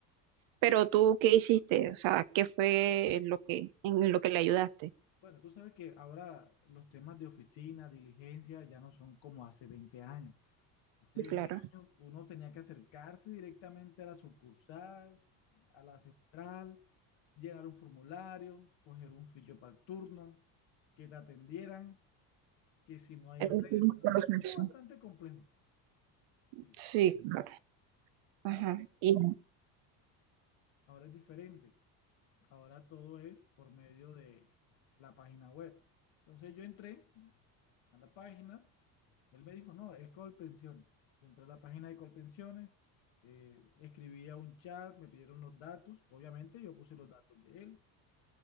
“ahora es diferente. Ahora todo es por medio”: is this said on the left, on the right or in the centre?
Left